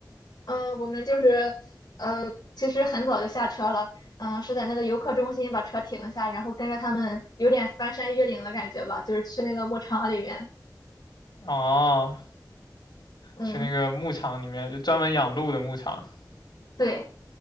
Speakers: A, on the left; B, on the left.
A: 嗯，我们就是呃，其实很早就下车了，嗯，是在那个游客中心把车停下，然后跟着他们有点翻山越岭的感觉吧，就是去那个牧场里面。
B: 哦，
A: 嗯，
B: 去那个牧场里面，就专门养鹿的牧场。
A: 对